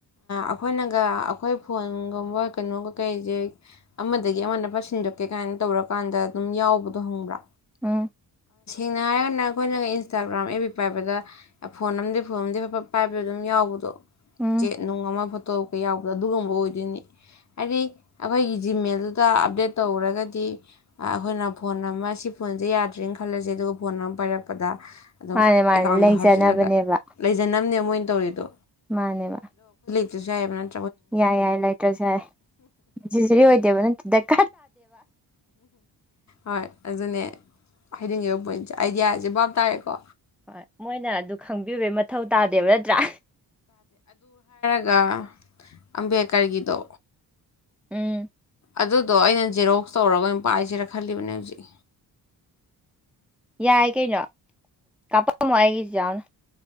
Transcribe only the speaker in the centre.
ꯎꯝ
ꯎꯝ
ꯃꯥꯅꯦ ꯃꯥꯅꯦ
ꯂꯩꯖꯅꯕꯅꯦꯕ
ꯃꯥꯅꯦꯕ
ꯌꯥꯏ ꯌꯥꯏ ꯂꯩꯇ꯭ꯔꯁꯨ ꯌꯥꯏ ꯁꯤꯁꯤꯔꯤ ꯑꯣꯏꯗꯦꯕ ꯅꯠꯇ
ꯍꯣꯏ ꯃꯣꯏꯅ ꯑꯗꯨ ꯈꯪꯕꯤꯌꯨꯕ ꯃꯊꯧ ꯇꯥꯗꯦꯕ ꯅꯠꯇ꯭ꯔꯥ
ꯎꯝ
ꯌꯥꯏ ꯀꯩꯅꯣ ꯀꯄ ꯋꯥꯏꯒꯤꯁꯤ ꯌꯥꯎꯅ